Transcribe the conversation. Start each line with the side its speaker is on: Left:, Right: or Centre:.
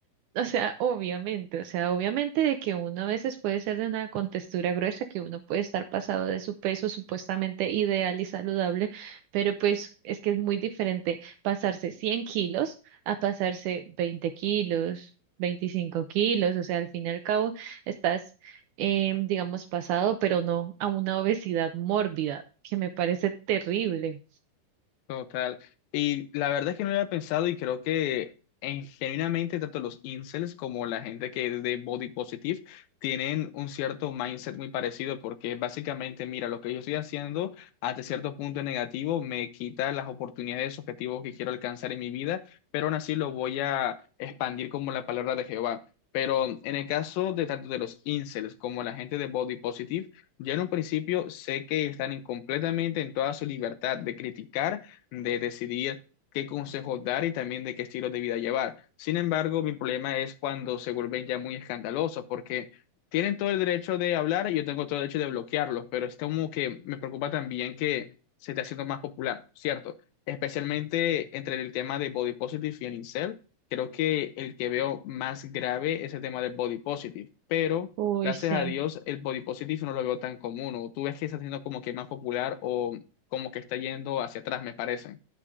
Right: o sea, obviamente, o sea, obviamente de que uno a veces puede ser de una contextura gruesa, que uno puede estar pasado de su peso supuestamente ideal y saludable, pero pues es que es muy diferente pasarse 100 kilos a pasarse veinte kilos. 25 kilos, o sea, al fin y al cabo, estás eh, digamos, pasado, pero no a una obesidad mórbida, que me parece terrible.
Left: Total. Y la verdad es que no lo había pensado y creo que en, genuinamente tanto los incels como la gente que es de body positive tienen un cierto mindset muy parecido porque básicamente, mira, lo que yo estoy haciendo hasta cierto punto es negativo me quita las oportunidades, objetivos que quiero alcanzar en mi vida, pero aún así lo voy a expandir como la palabra de Jehová. Pero en el caso de tanto de los incels como la gente de body positive, yo en un principio sé que están en- completamente en toda su libertad de criticar de decidir qué consejos dar y también de qué estilo de vida llevar. Sin embargo, mi problema es cuando se vuelven ya muy escandalosos, porque tienen todo el derecho de hablar y yo tengo todo el derecho de bloquearlos, pero es como que me preocupa también que se esté haciendo más popular, ¿cierto? Especialmente entre el tema de body positive y el incel, creo que el que veo más grave es el tema del body positive, pero
Right: Uy,
Left: gracias
Right: sí.
Left: a Dios el body positive no lo veo tan común, o tú ves que está siendo como que más popular o como que está yendo hacia atrás, me parece.